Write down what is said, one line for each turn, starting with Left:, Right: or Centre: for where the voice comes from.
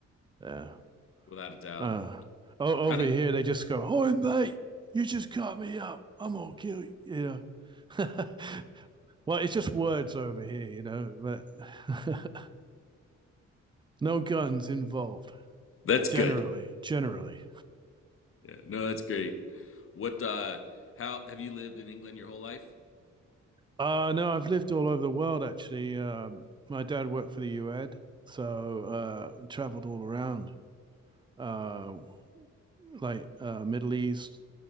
Right: Yeah.
Left: without a doubt.
Right: Uh, o- over
Left: How do
Right: here,
Left: you
Right: they just go, "Oh, mate, you just cut me up. I'm gonna kill you." You know. <laughs> well, it's just words over here, you know, but <laughs> no guns involved.
Left: <laughs> That's
Right: Generally,
Left: good.
Right: generally.
Left: Yeah, no, that's great. What, uh, how have you lived in England your whole life?
Right: Uh, no, I've lived all over the world actually. Um, my dad worked for the UN, so uh, traveled all around, uh, like uh, Middle East,